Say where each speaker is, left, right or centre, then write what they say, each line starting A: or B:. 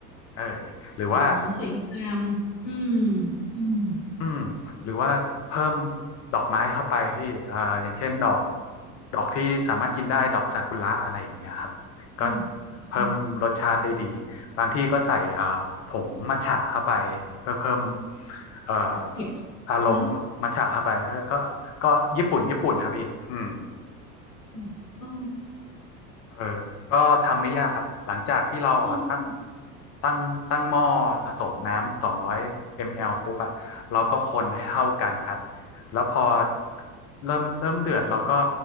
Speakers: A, on the left; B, on the left.
A: เออหรือว่า
B: อ๋อสวยงามอืมอืม
A: อืมหรือว่าเพิ่มดอกไม้เข้าไปพี่เอ่ออย่างเช่นดอกดอกที่สามารถกินได้ดอกซากุระอะไรอย่างเงี้ยครับก็
B: ใช่
A: เพิ่มรสชาติได้ดี
B: อืม
A: บางที่ก็ใส่เอ่อผงมัทฉะเข้าไปเพื่อเพิ่มเอ่อ
B: จะเขียว
A: อารมณ์มัทฉะเข้าไปเออก็ก็ญี่ปุ่นญี่ปุ่นครับพี่อืม
B: เนาะค่ะอ๋อ
A: เออก็ทำไม่ยากครับ หลังจากที่เราเอาตั้ง
B: ใช่ใช่
A: ตั้งตั้งหม้อผสมน้ำสองร้อยมลปุ๊บอะเราก็คนให้เท่ากันครับ แล้วพอเริ่มเริ่มเดือดเราก็